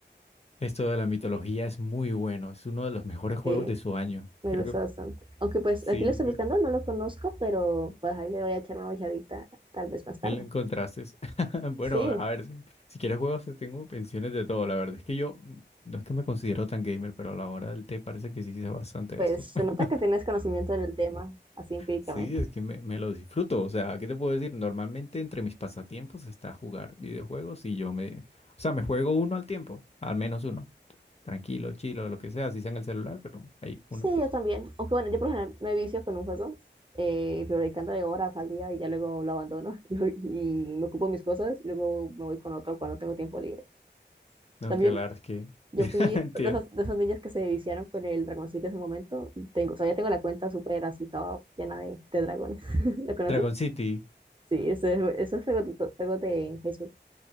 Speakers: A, on the left (about 35°); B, on the right (about 25°).
A: esto de la mitología es muy bueno, es uno de los mejores juegos
B: sí,
A: de su año.
B: me
A: Creo
B: gusta
A: que
B: bastante. Aunque pues
A: sí,
B: aquí lo estoy
A: sí,
B: buscando, no lo conozco, pero pues ahí le voy a echar una ojeadita tal vez más tarde.
A: él lo encontraste. <laughs> Bueno,
B: Sí,
A: a ver, si, si quieres juegos, tengo pensiones de todo. La verdad es que yo mm, no es que me considero tan gamer, pero a la hora del té parece que sí sé bastante
B: pues
A: esto.
B: se
A: <laughs>
B: nota que tienes conocimiento del tema, así empíricamente.
A: Sí, es que me, me lo disfruto. O sea, ¿qué te puedo decir? Normalmente entre mis pasatiempos está jugar videojuegos y yo me, o sea, me juego uno al tiempo, al menos uno. Tranquilo, chilo, lo que sea, si sea en el celular, pero hay
B: Sí,
A: uno.
B: yo también. Aunque bueno, yo por ejemplo me vicio con un juego, eh, pero dedicándole horas al día y ya luego lo abandono <laughs> y, voy- y me ocupo mis cosas y luego me voy con otro cuando tengo tiempo libre.
A: Aunque
B: También
A: la verdad es que
B: yo
A: <laughs>
B: fui
A: entiendo.
B: de esas, de esas niñas que se viciaron con el dragoncito en su momento. y tengo, o sea, ya tengo la cuenta súper así toda llena de, de dragones. <laughs> ¿Lo conoces?
A: Dragon City.
B: Sí, ese, ese es juegotito- juego de Facebook.